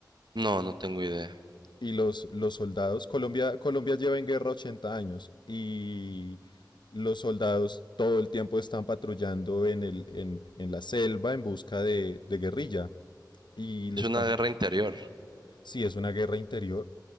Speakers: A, on the right; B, on the left.
A: no, no tengo idea.
B: Y los, los soldados, Colombia, Colombia lleva en guerra 80 años y los soldados todo el tiempo están patrullando en el, en, en la selva en busca de, de guerrilla. Y
A: Es
B: les
A: una
B: pasa,
A: guerra interior.
B: sí, es una guerra interior